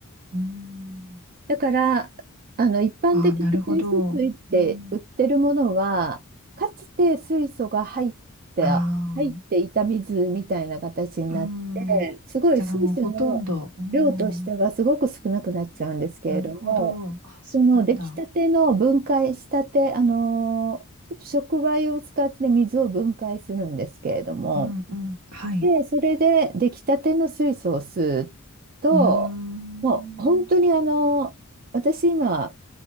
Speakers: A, on the right; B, on the right.
A: うーん。
B: だから、あの、一般的に水素水って売ってるものは、
A: ああ、なるほど。うん。
B: かつて水素が入って、
A: あ
B: 入っていた水みたいな形になって、
A: あ。うーん。
B: すごい水素の量としてはすごく少なくなっちゃうんですけれども、
A: じゃあもうほとんど。うーん。なるほど。あ、そうなんだ。
B: その出来たての分解したて、あの、ちょっと触媒を使って水を分解するんですけれども、
A: うんうん。はい。
B: で、それで出来たての水素を吸うと、
A: うーん。
B: もう本当にあの、私今、